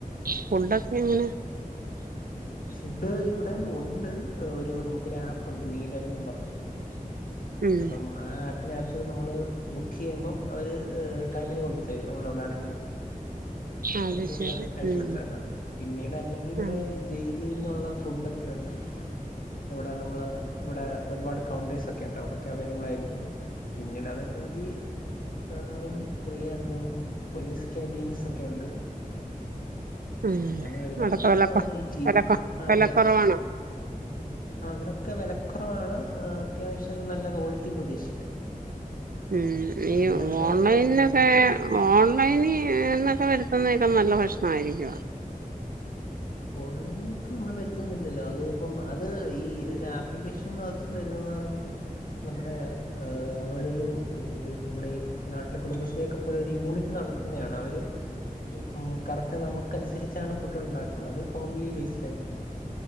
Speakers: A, on the right; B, on the left.
A: ഫുഡൊക്കെ എങ്ങനെ
B: ഫുഡ് ഇവിടെ ഉണ്ട് ഒരു നമുക്കൊരു ഒരു ആപ്പുണ്ട് മീലർന്നു പറഞ്
A: ഉം
B: അപ്പം ആഹ് ആ ആപ്പിനകത്ത് നമ്മള് ബുക്ക് ചെയ്യുമ്പം അവര് ടൈമിന് കൊണ്ടു തരും നമ്മൾ എവിടെ ആണെങ്കിലും
A: അത്
B: ലൊക്കേഷൻ
A: ശരി
B: അയച്ചു
A: ഉം
B: കൊടുത്ത ന്ന അത് പിന്നീട് അല്ലെങ്കി ഇവിടെ
A: ഉം
B: ജയിലിന്നുള്ള ഫുഡോക്കെ ഉണ്ട് ഇവിടെ നമ്മള് ഇവിടെ ഒരുപാട് കൌണ്ടേഴ്സ് ഒക്കെ ഉണ്ട് അവിടെക്കെ അവൈലബിൾ ആയിരിക്കും പിന്നീട് അതല്ലെങ്കിൽ ആഹ് ഫ്രീ ആയിട്ട് പോലീസ് ക്യാന്റീൻസ് ഒക്കെ ക്കെണ്ട്
A: ഉം
B: അങ്ങനെ ഒരുപാട്
A: അവിടൊക്കെ വില കൊ
B: ഈ ചീ
A: വില കൊ വില
B: വേ
A: കുറവാണോ
B: അവിടെയൊക്കെ വെലക്കുറവാണ് അത്യാവശ്യം നല്ല ക്വാളിറ്റിയും പ്രതീക്ഷിക്കാം
A: ഉം മ് ഈ
B: അവിടെ നിന്നൊക്കെയാണ്
A: ഓൺലൈനൊക്കെ
B: ഇപ്പൊ കഴിക്കുന്നത്
A: ഓൺലൈനി എന്നൊക്കെ വരുത്തുന്നേക്കെ നല്ല ഭക്ഷ്ണംമായിരിക്കുവോ
B: ഓൺലൈനായിട്ട് നമ്മൾ വരുത്തുന്നില്ലല്ലോ അത് ഇപ്പം അത് ഈ ഒരു ആപ്ലിക്കേഷൻകത്ത് വരുന്നന്ന് പറയുമ്പോ നമ്മുടെ അവരൊരു ഒരു നമ്മുടെ ഈ നാട്ടിലെ കുടുംബശ്രീയൊക്കെ പോലെ ഒരു യൂണിറ്റ് നടത്തുന്നതാണ് അവര് ഇപ്പം കറക്റ്റ് നമുക്ക് അനുസരിച്ചാണ് ഫുഡ് ണ്ടാക്കു അത് ഹോംലി ബേസ്ഡ് ആയിരിക്കും